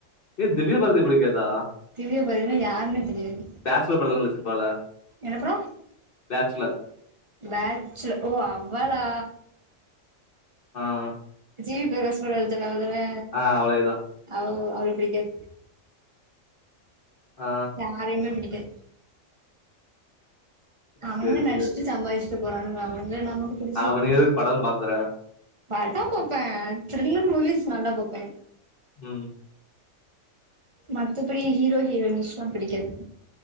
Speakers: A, on the left (about 45°); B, on the right (about 40°).
A: ஏ திவ்ய பாரதி புடிக்காதா
B: திவ்யபாரதினா யார்னே தெரியாது
A: பேச்சுலர் படத்துல நடிச்சிருப்பால
B: என்னப்ரோ
A: பேச்சுலர்
B: பேட்ச்சு ஓ அவ்வலா
A: ஆ
B: ஜிவி ப்ரகாஷ் கூட நடிச்சாலே அவ தானே
A: ஆ அவ்ளே தா
B: ஆவ் அவ்ள பிடிக்காத்
A: ஆ
B: யாரையுமே பிடிக்காத் அவனுங்க
A: சேரி
B: நடிச்ட்டு
A: சேரி
B: ச்சம்பாரிச்ட்டு போறாங்க அவங்க நமக்கு பிடிச்சி
A: அவன
B: என்ன
A: எதுக்கு
B: செய்ற்து
A: படம் பாக்குற
B: பாத்தா போப்பே த்ரில்லர் மூவிஸ் நல்லா போப்பே
A: உம்
B: மத்தபடி ஹீரோ ஹீரோயினிஷ்லா பிடிக்காது